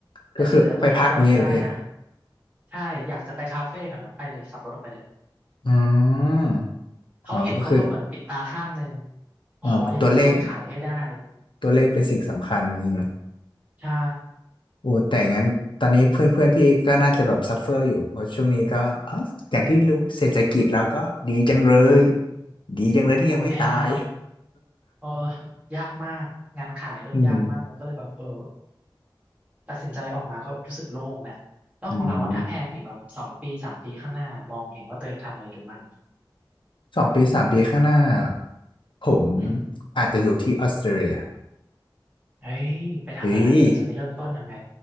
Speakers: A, on the right (about 15°); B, on the left (about 75°).
A: แต่สิ้นเดือนต้องทำยอดให้ได้นะ
B: ก็คือไปพักเงี้ยเหรอพี่
A: ใช่อยากจะไปคาเฟ่แถวนั้นไปเลยขับรถออกไปเลย
B: อื
A: อืม
B: ม
A: เขาเห็นเขาก็เหมือนปิดตาข้างหนึ่ง
B: อ๋อก็คือ
A: ขออย่างเดียวยอดขายให้ได้
B: อ่าตัวเลขตัวเลขเป็นสิ่งสำคัญนี่เนาะ
A: อืมใช่
B: โอ้แต่งั้นตอนนี้เพื่อนเพื่อนพี่ก็น่าจะแบบซัฟเฟอร์อยู่เพราะช่วงนี้ก็อ๋ออย่างที่รู้เศรษฐกิจแล้วก็ดีจังเลย
A: อืม
B: ดีจังเลยที่ยังไม่ตาย
A: โอ้แน่นอน เออยากมากงานขายเริ่มยากมากเลยก็เลยแบบเออ
B: <laughs> อืม
A: ตัดสินใจออกมาก็รู้สึกโล่งแหละแล้วของเราอะถ้าแพลนอีกแบบสองปีสามปีข้างหน้ามองเห็นว่าตัวเองทำอะไรอยู่มั่ง
B: อืมสองปีสามปีข้างหน้า ผม
A: อืม
B: อาจจะอยู่ที่ออสเตรเลีย
A: เฮ้ยไปทำอะไรเราจะไปเริ่มต้นยังไง
B: เฮ้ย